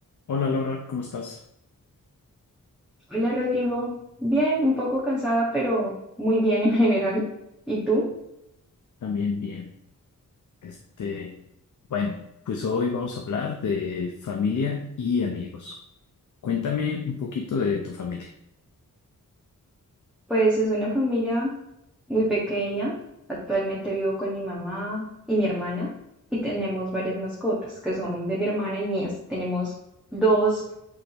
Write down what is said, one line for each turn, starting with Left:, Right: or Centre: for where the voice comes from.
Left: Hola Laura, ¿cómo estás?
Centre: Hola Rodrigo, bien, un poco cansada, pero muy bien en general. ¿Y tú?
Left: También bien. Este, bueno, pues hoy vamos a hablar de familia y amigos. Cuéntame un poquito de tu familia.
Centre: Pues es una familia muy pequeña. Actualmente vivo con mi mamá y mi hermana y tenemos varias mascotas que son de mi hermana y mías. Tenemos dos